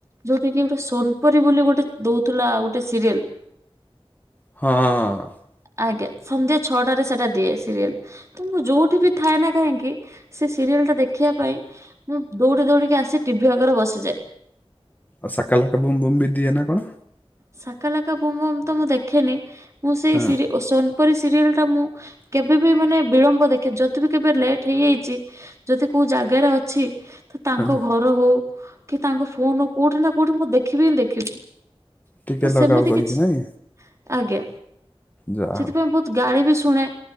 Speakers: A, on the right; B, on the left.
A: ଯୋଉଟାକିି ଗୋଟେ ସୋନପୁରୀ ବୋଲି ଗୋଟେ ଦଉଥିଲା ଗୋଟେ ସିରିଏଲ।
B: ହଁ।
A: ଆଜ୍ଞା ସନ୍ଧ୍ୟା ଛଅଟାରେ ସେଟା ଦିଏ ସିରିଏଲ ତମକୁ ଯୋଉଠି ବି ଥାଏ ନା କାହିଁକି? ସେ ସିରିଏଲଟା ଦେଖିବା ପାଇଁ ମୁଁ ଦୌଡି ଦୌଡିକି ଆସି ଟିଭିି ଆଗରେ ବସିଯାଏ
B: ଆଉ ସାକା ଲାକା ବୁମ୍ ବୁମ୍ ବି ଦିଏ ନା କଣ?
A: ସାକା ଲାକା ବୁମ୍ ବୁମ୍ ତ ମୁଁ ଦେଖେନି ମୁଁ ସେଇ
B: ହଁ।
A: ସିରିଏଲ୍ ଓ ସନ ପରି ସିରିଏଲ ଟା ମୁଁ କେବେ ବି ମାନେ ବିଳମ୍ବ ଦେଖେ ଯଦି ବି କେବେ ଲେଟ୍ ହେଇଯାଇଛି ଯଦି କୋଉ ଜାଗାରେ ଅଛି। ତ ତାଙ୍କ
B: ହଁ
A: ଘର ହଉ କି ତାଙ୍କ ଫୋନ ହଉ କୋଉଠି ନା କୋଉଠି ମୁଁ ଦେଖିବି ହିଁ ଦେଖିବି।
B: ଟିକେ
A: ତ ସେମିତି
B: ଲଗାଅ କରିକି
A: କିଛି
B: ନାଇଁ
A: ଆଜ୍ଞା
B: ଯାହା
A: ସେଥିପାଇଁ
B: ହଉ
A: ବହୁତ ଗାଳି ବି ଶୁଣେ।